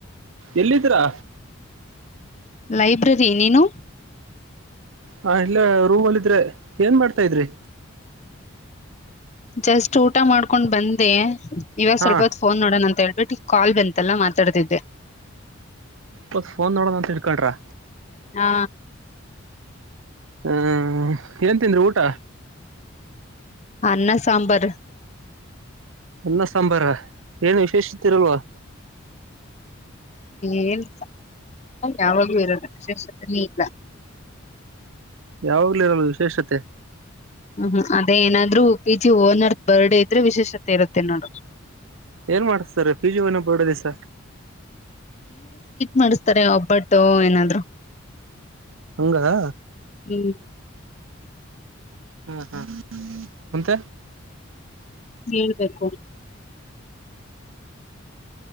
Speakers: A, on the right; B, on the left.
A: ಎಲ್ಲಿದ್ದ್ರಾ
B: ಲೈಬ್ರರಿ ನೀನು
A: ಹ ಇಲ್ಲೆ ರೂಮ್ ಅಲ್ಲಿದ್ರೆ ಏನ್ ಮಾಡ್ತಾ ಇದ್ರಿ
B: ಜಸ್ಟ್ ಊಟ ಮಾಡ್ಕೊಂಡ್ ಬಂದೆ ಇವಾಗ
A: ಹಾಂ
B: ಸ್ವಲ್ಪ ಹೊತ್ ಪೋನ್ ನೋಡೋನಾ ಅಂತ ಹೇ ಬಟ್ ಈ ಕಾಲ್ ಬಂತಲ್ಲ ಮಾತಾಡ್ತಿದ್ದೆ
A: ಹೊ ಫೋನ್ ನೋಡೋಣಂತ ಹಿಡ್ಕೊಂಡ್ರಾ
B: ಹಾ
A: ಹ್ಮ ಎನೇನ್ಂತಿಂದ್ರಿ ಊಟ
B: ಅನ್ನ ಸಾಂಬಾರ
A: ಅನ್ನ ಸಾಂಬಾರ ಏನು ವಿಶೇಷತಿರಲ್ವಾ
B: ಏನ್ ಯಾವಾಗೂ ಇರದ ವಿಶೇಷತೆ ನೀ ಇಲ್ಲ
A: ಯಾವಾಗ್ಲಿರಲ್ಲ ವಿಶೇಷತೆ
B: ಹ್ಮ್ ಹ್ಮ್ ಅದೇ ಏನಾದ್ರು ಪಿ ಜಿ ಓನರ್ ಬರ್ಡೆ ಇದ್ರೆ ವಿಶೇಷತೆ ಇರುತ್ತೆ ನೋಡು
A: ಏನ್ ಮಾಡಸ್ತಾರೆ ಪಿಜೀವೋನರ್ ಬರ್ಡೆ ದಿವಸ
B: ಮಾಡಸ್ತಾರೆ ಒಬ್ಬಟ್ಟು ಏನಾದ್ರು
A: ಹಂಗಾ
B: ಹ್ಮ್
A: ಹ್ಮ ಹ್ಮ ಎಂತ
B: ಹೇಳ್ಬೇಕು